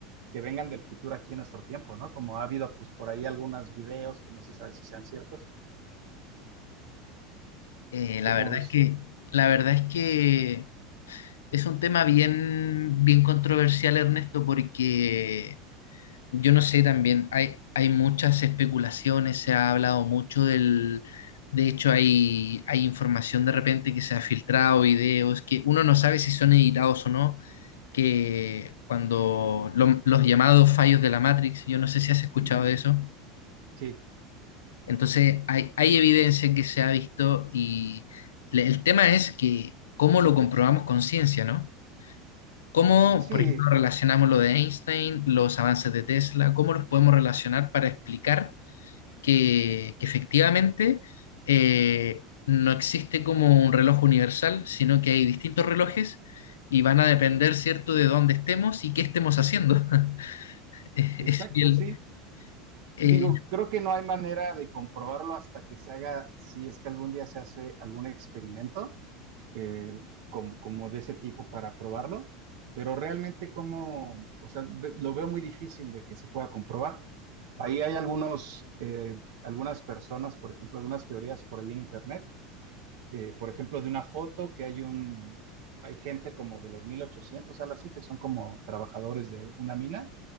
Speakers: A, on the right; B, on the left.
A: que vengan del futuro aquí en nuestro tiempo, ¿no? Como ha habido pues por ahí algunos videos que no se sabe si sean ciertos.
B: Eh, la
A: ¿Tú cómo
B: verdad
A: ves?
B: es que, la verdad es que es un tema bien, bien controversial, Ernesto, porque Yo no sé también, hay, hay muchas especulaciones, se ha hablado mucho del, de hecho hay, hay información de repente que se ha filtrado, videos, que uno no sabe si son editados o no, que cuando lo- los llamados fallos de la Matrix, yo no sé si has escuchado
A: Ujú.
B: de eso,
A: Sí,
B: entonces hay, hay evidencia que se ha visto y le- el tema es que cómo lo comprobamos con ciencia, ¿no? ¿Cómo,
A: sí,
B: por ejemplo, relacionamos lo de Einstein, los avances de Tesla? ¿Cómo los podemos relacionar para explicar que, que efectivamente eh, no existe como un reloj universal, sino que hay distintos relojes y van a depender, ¿cierto?, de dónde estemos y qué estemos haciendo. <laughs> Es
A: exacto,
B: bien,
A: sí.
B: eh,
A: Digo, creo que no hay manera de comprobarlo hasta que se haga, si es que algún día se hace algún experimento eh, como, como de ese tipo para probarlo, pero realmente como, o sea, ve- lo veo muy difícil de que se pueda comprobar. Ahí hay algunos, eh, algunas personas, por ejemplo, algunas teorías por ahí en internet, eh, por ejemplo, de una foto que hay un, hay gente como de los 1800, algo así, que son como trabajadores de una mina